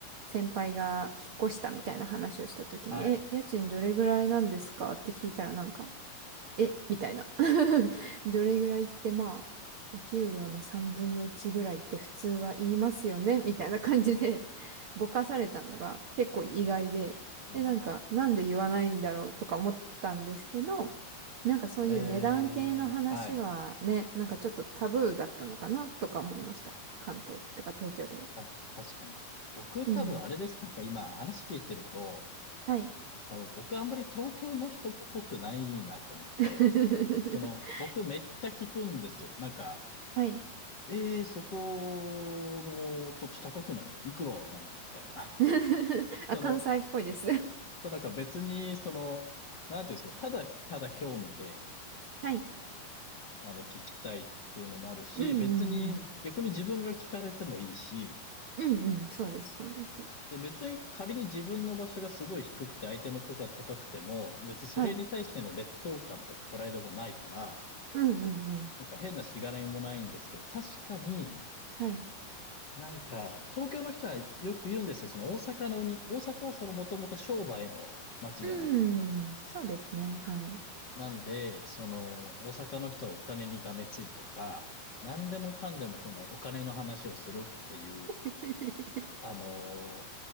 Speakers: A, on the right; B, on the left.
A: 先輩が引っ越したみたいな話をした時に、
B: はい。
A: え、家賃どれぐらいなんですかって聞いたらなんか、え、みたいな。<laughs> どれぐらいってまあ、お給料の3分の1ぐらいって普通は言いますよねみたいな感じでぼかされたのが結構意外で、
B: ああ、
A: え、なんか、なんで言わないんだろうとか思ったんですけど、なんかそういう値段系の話はね、
B: それ、はい。
A: なんかちょっとタブーだったのかなとか思いました。関東ってか東京では。
B: たし確かに。僕多分あれです。
A: うん。
B: なんか今話聞いてると、
A: はい
B: 多分僕あんまり東京の人っぽくないなと思って、
A: <laughs>
B: その、僕めっちゃ聞くんですよ。なんか、
A: はい。
B: えー、そこの土地高くないみたいな。いくらなのみたいな。
A: <laughs>
B: <laughs>
A: あ、
B: その、
A: 関西っぽいです。
B: なんか別に、その、なんていうんですか、ただ、ただ興味で、
A: <laughs> はい。
B: あの、聞きたいっていうのもあるし、
A: うんうんうん。
B: 別に、逆に自分が聞かれてもいいし、
A: うんうん。そうです、そうです。
B: で、別に仮に自分の場所がすごい低くて相手のとこが高くても、別にそれに対しての劣等感とかプライドもないから、
A: はい。うんうんうん。
B: なんか変なしがらみもないんですけど、確かに、
A: はい。
B: なんか、東京の人はよく言うんですよ。その大阪のに、大阪はそのもともと商売の街じゃないですか。
A: うん。そうですね。はい。
B: なんで、その、大阪の人はお金にがめついとか、何でもかんでもそのお金の話をするっていう、
A: <laughs>
B: あのー